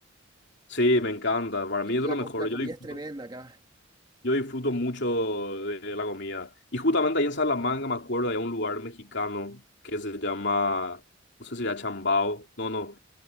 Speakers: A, on the left; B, on the right.
A: Sí, me encanta. Para mí
B: Que
A: eso es
B: La,
A: lo mejor.
B: co- la
A: Yo
B: comida
A: disfruto.
B: es tremenda acá.
A: Yo disfruto mucho de la comida. Y justamente ahí en Salamanca me acuerdo de un lugar mexicano que se llama, no sé si era Chambao, no, no.